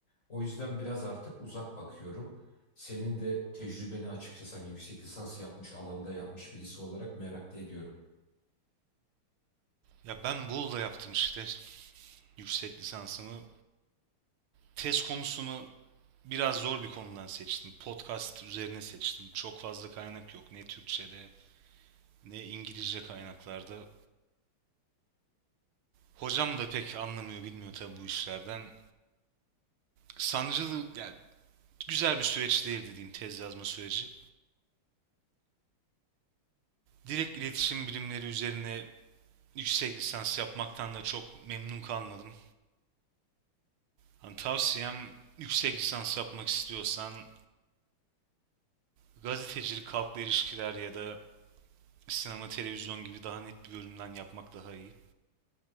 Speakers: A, on the left; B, on the right.
A: O yüzden biraz artık uzak bakıyorum. Senin de tecrübeni açıkçası hani yüksek lisans yapmış alanda yapmış birisi olarak merak da ediyorum.
B: Ya ben Bolu'da yaptım işte <laughs> yüksek lisansımı. Tez konusunu biraz zor bir konudan seçtim. Podcast üzerine seçtim. Çok fazla kaynak yok. Ne Türkçe'de ne İngilizce kaynaklarda. Hocam da pek anlamıyor, bilmiyor tabii bu işlerden. Sancılı, ya güzel bir süreç değil dediğim tez yazma süreci. Direkt iletişim bilimleri üzerine yüksek lisans yapmaktan da çok memnun kalmadım. Hani tavsiyem yüksek lisans yapmak istiyorsan gazetecilik, halkla ilişkiler ya da sinema, televizyon gibi daha net bir bölümden yapmak daha iyi.